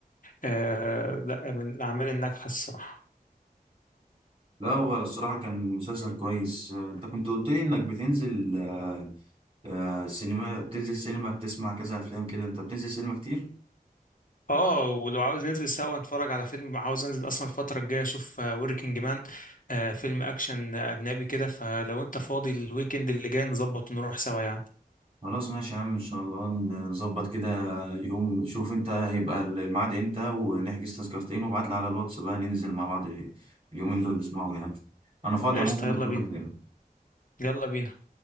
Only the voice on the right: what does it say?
لا هو الصراحة كان مسلسل كويس آه، انت كنت قلت لي انك بتنزل آه، آه، سينما بتنزل سينما بتسمع كذا افلام كده انت بتنزل سينما كتير؟
خلاص ماشي يا عم ان شاء الله نظبط كده يوم شوف انت هيبقى الميعاد امتى ونحجز تذكرتين وابعت لي على الواتس بقى ننزل مع بعض اليومين دول نسمعهم يعني انا فاضي
عموما
الفترة
الجاية